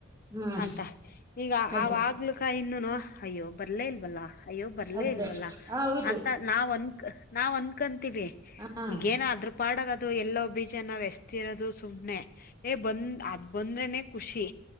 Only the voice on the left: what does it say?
ಅಂತ ಇಗ
ಆವ್ ಆಗ್ಲಕಾಯಿ ಇನ್ನುನೂ ಅಯ್ಯೋ ಬರ್ಲೇ ಇಲ್ವಲ್ಲ ಅಯ್ಯೋ ಬರ್ಲೇ
ಇಲ್ವಲ್ಲ
ಅಂತ ನಾವ್ ಅನ್ಕ್ ನಾವ್ ಅನ್ಕಂತೀವಿ
ಇಗೇನೋ ಅದ್ರ ಪಾಡ್ಗ ಟು ಎಲ್ಲೋ ಬೀಜ್ ಈಗ ನಾವ್ ಎಸ್ತಿರೋದು ಸುಮ್ನೆ ಎ ಬಂದ್ ಅದ್ ಬಂದ್ರೆನೇ. ಖುಷಿ